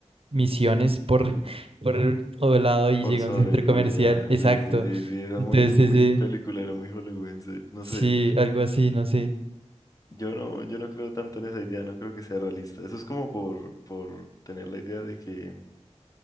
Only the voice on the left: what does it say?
Por
sobrevivir,
ya.
Sí, sí, sí, sí. Es
muy, es muy
peliculero, muy hollywoodense. No
sé.
Yo no, yo no creo tanto en esa idea, no creo que sea realista. Eso es como por, por tener la idea de que,